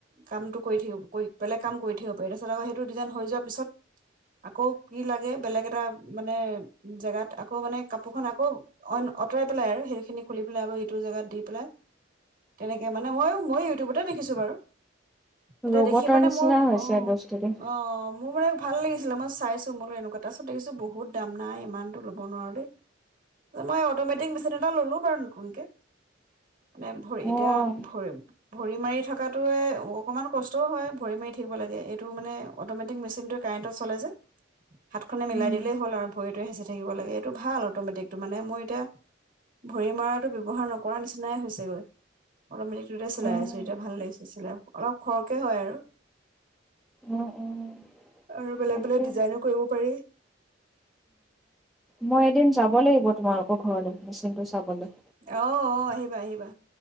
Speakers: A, on the right (about 45°); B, in the centre.
A: কামটো কৰি থাকিব কৰি বেলেগ কাম কৰি থাকিব পাৰি, তাৰপিছত আকৌ সেইটো ডিজাইন হৈ যোৱাৰ পিছত আকৌ কি লাগে বেলেগ এটা মানে জেগাত আকৌ মানে কাপোৰ খন আকৌ আঁতৰাই পেলাই আৰু সেইখিনি খুলি পেলাই আকৌ ইটো জেগাত দি পেলাই তেনেকে মানে ময়ো মই ইউটিউবতে দেখিছোঁ বাৰু। এতিয়া
B: ৰবটৰ
A: দেখি মানে
B: নিচিনা
A: মোৰ
B: হৈছে
A: অ,
B: বস্তুটো।
A: অঁ মোৰ মানে ভাল লাগিছিলে মই চাইছো মোৰো এনেকুৱা, তাৰপিছত দেখিছো বহুত দাম নাই ইমানতো ল'ব নোৱাৰো দেই। মই অট'মেটিক মেচিন এটা ললো বাৰু নতুনকে। মানে ভৰি, এতিয়া
B: অ'
A: <unintelligible> ভৰি মাৰি থকাটোৱে অকণমান কষ্টও হয় ভৰি মাৰি থাকিব লাগে, এইটো মানে অট'মেটিক মেচিনটোৱে কাৰেণ্টত চলে যে। হাতখনে মিলাই
B: উম,
A: দিলেই হ'ল আৰু ভৰিটো হেঁচি থাকিব লাগে, এইটো ভাল অট'মেটিকটো মানে মই এতিয়া ভৰি মৰাটো ব্যৱহাৰ নকৰাৰ নিচিনাই হৈছেগৈ। মেচিনটোতে‌ চিলাই
B: অ'
A: আছো এতিয়া ভাল লাগিছে চিলাই, অলপ খৰকে হয় আৰু,
B: অ' অ'
A: আৰু বেলেগ
B: তাকে।
A: বেলেগ ডিজাইনো কৰিব পাৰি
B: মই এদিন যা যাব লাগিব, তোমালোকৰ ঘৰলে মেচিন টো চাবলে।
A: অ', অ', আহিবা আহিবা।